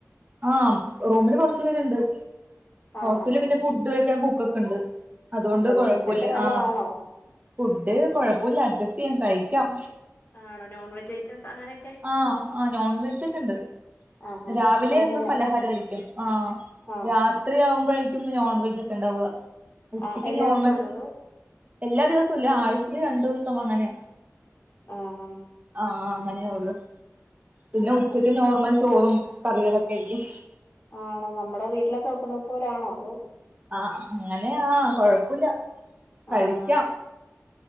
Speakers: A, on the right; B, on the left.
A: ആഹ! റൂമില് കുറച്ചു പേരുണ്ട്
B: ആഹ്
A: ഹോസ്റ്റലില്.
B: ആഹ് ആഹ്
A: പിന്നെ ഫുഡ് വെക്കാൻ കുക്കൊക്കെ ഉണ്ട്. അതുകൊണ്ട്
B: ഉണ്ടല്ലേ
A: കൊഴപ്പില്ല
B: ഫുഡൊക്കെ നല്ലതാണോ
A: ആഹ! ഫുഡ് കൊഴപ്പില്ല അഡ്ജസ്റ്റ് ചെയ്യാൻ കഴിക്കാം.
B: ആണോ നോൺവെജ് ഐറ്റംസ് അങ്ങനെയൊക്കെ
A: ആഹ് ആ നോൺ വെജ് ഒക്കെ ഇണ്ട്
B: ആഹാ
A: രാവിലെ
B: അതെങ്ങനെ
A: എന്നും പലഹാരമായിരിക്കും ആഹ്
B: ആഹ്
A: രാത്രി ആവുമ്പോഴും നോൺവെജ് ഒക്കെ ഉണ്ടാവുക ഉച്ചയ്ക്ക്
B: ആഹ് എല്ലാ
A: നോർമൽ
B: ദിവസവും ഉണ്ടോ അതോ
A: എല്ലാ ദിവസവുംല്ല ആഴ്ചക്ക് രണ്ടു ദിവസം അങ്ങനെ
B: ആഹ് ആഹ്
A: ആഹ അങ്ങനെയള്ളു പിന്നെ
B: ഓഹോ
A: ഉച്ചക്ക് നോർമൽ ചോറും കറികളൊക്കെയാരിക്കും
B: ആണോ നമ്മുടെ വീട്ടിലൊക്കെ വെക്കുന്നത് പോലൊണോ അതോ
A: ആഹ് അങ്ങനെയാ കൊഴപ്പില്ല കഴിക്കാം
B: ആഹാ